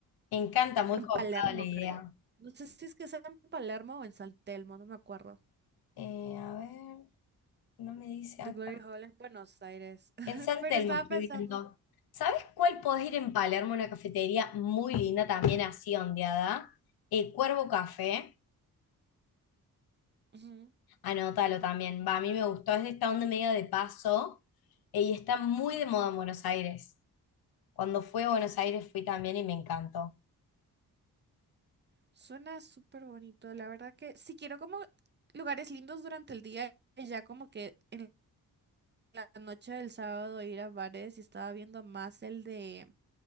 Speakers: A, on the left (about 80°); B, on the right (about 30°).
A: Me encanta, muy
B: En
A: copada
B: Palermo,
A: la idea.
B: creo. No sé si es que sea en Palermo o en San Telmo, no me acuerdo.
A: Eh, a ver, no me dice
B: The
A: acá.
B: Glory Hall en Buenos Aires. <laughs>
A: En San
B: Pero
A: Telmo
B: estaba
A: estoy
B: pensando.
A: viendo. ¿Sabes cuál podés ir en Palermo? Una cafetería muy linda, también así ondeada. Eh, Cuervo Café.
B: Ujú.
A: Anótalo también. Va, a mí me gustó. Es de esta onda medio de paso. eh, y está muy de moda en Buenos Aires. Cuando fui a Buenos Aires fui también y me encantó.
B: Suena súper bonito. La verdad que si quiero como lugares lindos durante el día, y ya como que en la noche del sábado ir a bares y estaba viendo más el de